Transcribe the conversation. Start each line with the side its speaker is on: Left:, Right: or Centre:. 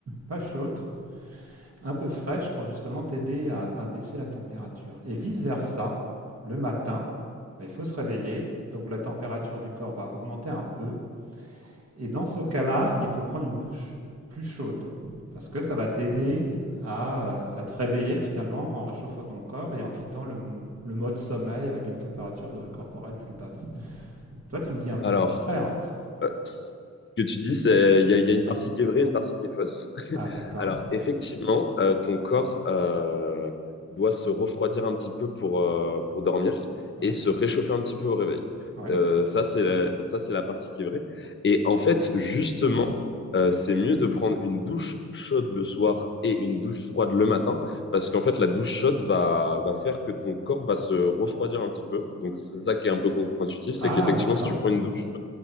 Right: pas chaude, un peu fraîche pour justement t'aider à, à baisser la température. Et vice-versa, le matin, bah, il faut se réveiller, donc la température du corps va augmenter un peu. Et dans ce cas-là, il faut prendre une douche plus chaude parce que ça va t'aider à, euh, à te réveiller finalement en réchauffant ton corps et en quittant le, m- le mode sommeil avec une température euh, corporelle plus basse. Toi, tu me dis un peu
Left: Alors,
Right: le contraire.
Left: c'est- ce que tu dis, c'est il y, a- il y a une partie qui est vraie, une partie qui est fausse. <laughs>
Right: Ah, d'accord.
Left: Alors effectivement, euh, ton corps euh, doit se refroidir un petit peu pour, euh, pour dormir
Right: Ouais,
Left: et se réchauffer un petit peu au réveil.
Right: ouais.
Left: Euh, ça, c'est la, ça, c'est la partie qui est vraie. Et en fait, justement, euh, c'est mieux de prendre une douche chaude le soir et une douche froide le matin, parce qu'en fait, la douche chaude va, va faire que ton corps va se refroidir un petit peu. Donc, c'est ça qui est un peu contre-intuitif,
Right: Ah,
Left: c'est qu'effectivement,
Right: d'accord.
Left: si tu prends une douche